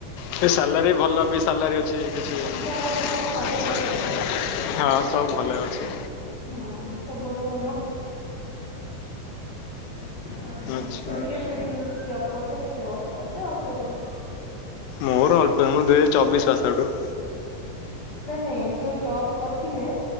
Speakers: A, on the left; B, on the left.
A: ସୈ ସାଲାରୀ ଭଲ ବି ସାଲାରୀ ଅଛି କିଛି ହଁଅଁ
B: ଘର ବି ପାଖ ଭଲ ସବୁ।
A: ସବୁ ଭଲେ ଅଛି।
B: ହୁଁଉଁ, ସବୁଆଡୁ ଭଲ ହୁଁ। ଓହୋ।
A: ଅଛି
B: ହୋ, ସେଠି କେତେ ଦିନ୍ ଜବ୍ କରଥିଲେ କେତେ ବର୍ଷ? ନା ଅଳ୍ପ ଦିନ୍।
A: ମୋର ଅଳ୍ପ ମୁଁ ଦୁଇ ହଜା ଚବିଶ୍ ପାସ୍ ଆଉଟୁ।
B: ନାଇଁ ନାଇଁ ଯୋଉ ଜବ୍ କରଥିଲେ,